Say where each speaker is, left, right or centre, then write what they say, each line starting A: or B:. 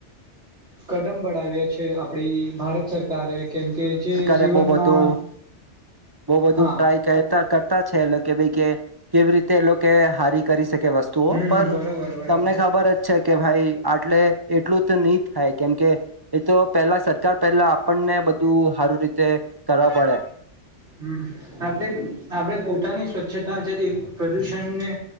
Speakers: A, on the right; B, on the right.
A: કદમ બડાવ્યા છે આપડી ભારત સરકારે કેમ કે જે
B: બવ
A: જીવનમાં
B: બધું, બવ બધું,
A: હા
B: ટ્રાય કરતા કરતા કરતા છે એ લોકો બીકે કેવી રીતે એ લોકો હારી કરી શકે કે વસ્તુઓ
A: હમ
B: પર,
A: બરોબર બરોબર
B: તમને ખબર જ છે કે ભાઈ આટલે એટલું તો ની થાય કેમકે એ તો પેલા સરકાર, પહેલા આપણને બધું સારું રીતે કરવા પડે
A: હમ, આપણે, આપણેે પોતાની સ્વચ્છતા જે એક પ્રદૂષણને